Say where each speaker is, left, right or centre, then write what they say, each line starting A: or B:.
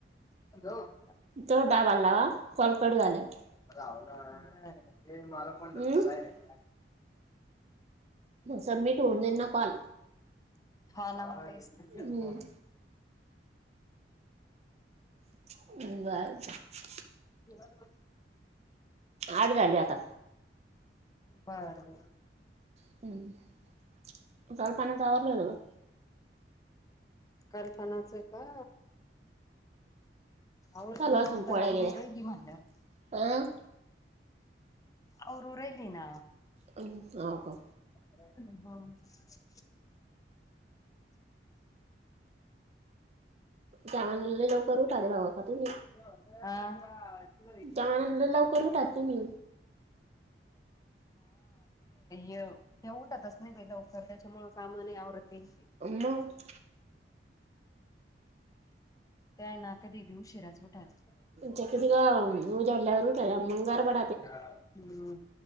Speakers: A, on the left; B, on the right.
A: ह.
B: तवर दादाला लावा. कॉल
A: <inaudible>
B: कट झाल्यावर हम्म सबमिट होऊन जाईल ना कॉल
A: हा ना म तेच ना.
B: हम्म बर.
A: हो. <unintelligible>
B: आठ झाली आता.
A: बर बर.
B: हम्म कल्पनाच आवरला न ग.
A: कल्पनाच का? आवरती
B: चालू
A: ना.
B: असून
A: आता
B: पोळ्या
A: आवरून
B: गेल्या
A: राहिली म्हणल्यावर.
B: अं.
A: आवरू राहीली ना.
B: हाव का?
A: हह <unintelligible>
B: त्या मानानं लई लवकर उठाते भाऊ अक्का तुम्ही.
A: अ. हा ते
B: त्या मानाने लय लवकर उठात तुम्ही
A: य त्या उठतच नाही बाई लवकर. त्याच्यामुळ काम नाही आवरत बाई त्याची.
B: मग.
A: त्यांय ना कधी बी उशिराच उठात्या.
B: त्या किती क उजाडल्यावर उठाते, मग बरोबरे.
A: हम्म